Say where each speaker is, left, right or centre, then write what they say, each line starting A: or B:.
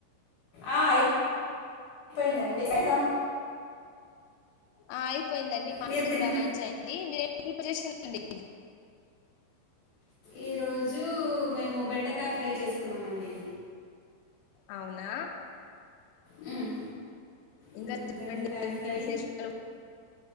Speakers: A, on the left; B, on the left.
A: ఆ అయిపో అయిపోయిందండి లేదా
B: ఆ అయిపోయిందండి మాది
A: మీరు తిన్న
B: కూడా లంచ్ అయింది మీరే పిప్పు చేసిందండి
A: ఈరోజు మేము బెండకాయ ఫ్రై చేసుకున్నామండి
B: అవునా
A: మ్మ్
B: ఇంకా
A: మ్మ్,
B: చెప్పండి
A: బెండకాయ
B: ఏంటి
A: ఫ్రై
B: విశేషాలు